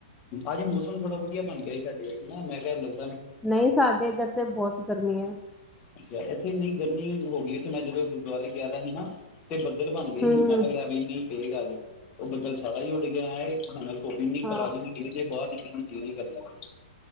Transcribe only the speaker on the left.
ਅੱਜ ਮੌਸਮ ਥੋੜਾ ਵਧੀਆ ਬਣ ਗਿਆ ਜ ਸਾਡੇ ਨਾ ਮੈਂ ਕਹਿਣ ਲੱ
ਅੱਛਾ ਇੱਥੇ ਇੰਨੀ ਗਰਮੀ ਹੋ ਗਈ ਇਥੇ ਮੈਂ ਜਦੋਂ ਗੁਰਦੁਆਰੇ ਗਿਆ ਤਾਂ ਸੀ ਨਾ ਤੇ ਬੱਦਲ ਬਣ ਗਏ
ਹੀ ਮੈਂ ਕਿਹਾ ਲੈ ਵੀ ਮੀਂਹ ਆਗੇ ਉਹ ਬੱਦਲ ਸਾਰਾ ਹੀ ਉੱਡ ਗਿਆ ਧੁੱਪ ਈਨੀ
ਕਰਾਰੀ ਨਿਕਲੀ ਜੇ ਬਾਹਰ ਨਿਕਲਣ ਨੂੰ ਜੀ ਨਹੀਂ ਕਰਦਾ <inaudible>